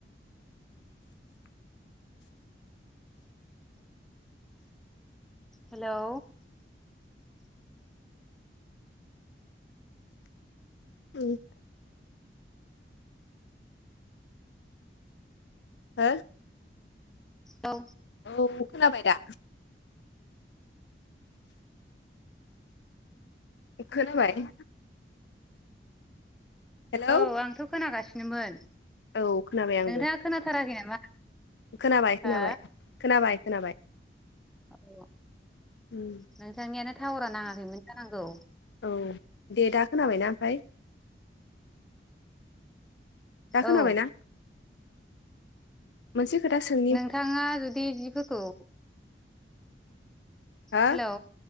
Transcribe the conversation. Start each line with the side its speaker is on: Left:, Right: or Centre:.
Centre: हेलौ
Left: उम हो
Centre: औ
Left: औ खोनाबाय दा खोनबाय हेलौ
Centre: औ आंथ' खोनागासिनोमोन
Left: औ खोनाबाय आंबो
Centre: नोंथाङा खोनाथाराखै नामा
Left: खोनाबाय खोनाबाय
Centre: हा
Left: खोनाबाय खोनाबाय
Centre: औ
Left: उम
Centre: नोंथांनियानो टावारा नाङाखैमोन जानांगौ
Left: औ दे दा खोनाबायनाा ओमफ्राय दा खोनाबायनाा
Centre: औ
Left: मोनसे खोथा सों
Centre: नोंथाङा जुदि जिफोरखौ
Left: हा
Centre: हेलौ